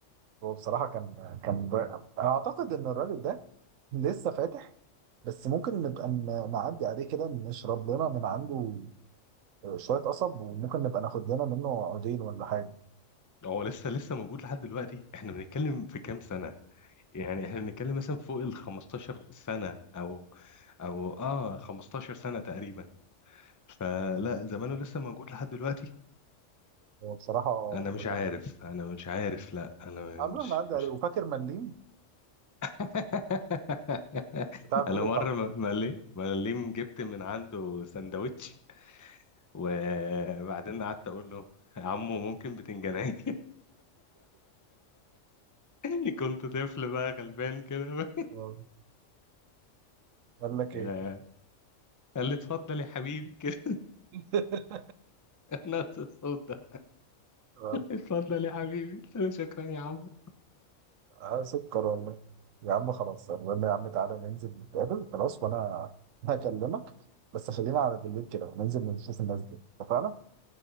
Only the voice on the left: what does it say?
هو لسه لسه موجود لحد دلوقتي احنا بنتكلم في كام سنة يعني احنا بنتكلم مثلا فوق ال 15 سنة او او اه 15 سنة تقريبا فلا زمانه لسه موجود لحد دلوقتي
انا مش عارف
انا مش عارف لا انا
مش
مش
<laughs>
انا
مرة م- مليم مليم جبت من عنده سندوتش وبعدين قعدت اقول له يا عمو ممكن بتنجانيه <laughs> كنت طفل بقى غلبان كده
آه،
قال لي اتفضل يا حبيبي <laughs> كده
نفس الصوت ده
اتفضل يا حبيبي قلت له شكرا يا عمو